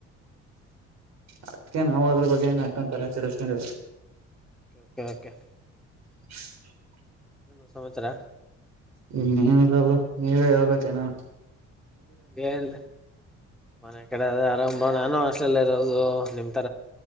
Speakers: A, on the right; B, in the centre.
A: ಅಕ್ಕಕ್ಕೆ ನಾವು ಅದ್ರ ಬಗ್ಗೆಏ ಅಕ್ಕಂತರ ಕೆಡಿಸ್ ನ್
B: ಓಕ ಕೆ ಓಕೆ
A: <inaudible>
B: ನಏ ಸಮಾಚಾರ
A: ಇ ನಿಲ್ಲಬ್ರು ನೀವೇ ಯಾವದಕ್ಕ ನಾನು
B: ಏನ್ ಮನೆ ಕಡೆ ಅ ಆರಾಮ್ ಬ ನಾನು ಹಾಸ್ಟೆಲ್ಲೇ ಇರೋದು ನಿಮ